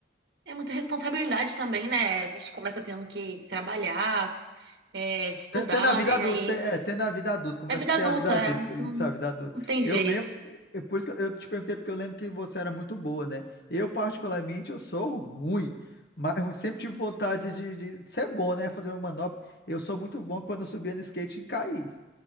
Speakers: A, on the right (about 80°); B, on the left (about 60°).
A: é muita responsabilidade também, né? A gente começa tendo que trabalhar, é, estudar,
B: Tem tem na vida
A: né?
B: adulta,
A: Aí
B: tem, é, tem na vida adulta, começa
A: é vida
B: a ter
A: adulta,
B: a vida adulta,
A: é.
B: isso,
A: Não,
B: a vida adulta.
A: não tem
B: Eu
A: jeito.
B: mesmo, eu, por isso que eu te perguntei, porque eu lembro que você era muito boa, né? Eu, particularmente, eu sou ruim, mas eu sempre tive vontade de, de ser bom, né? Fazer uma manobra. Eu sou muito bom quando eu subia no skate e caí.